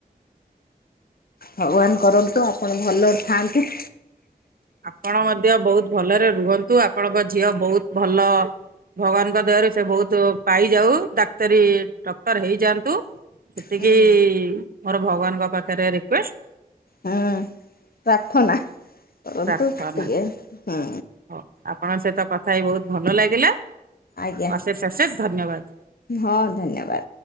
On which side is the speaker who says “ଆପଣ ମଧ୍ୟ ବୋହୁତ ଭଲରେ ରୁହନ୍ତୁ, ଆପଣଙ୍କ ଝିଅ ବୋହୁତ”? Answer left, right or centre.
Right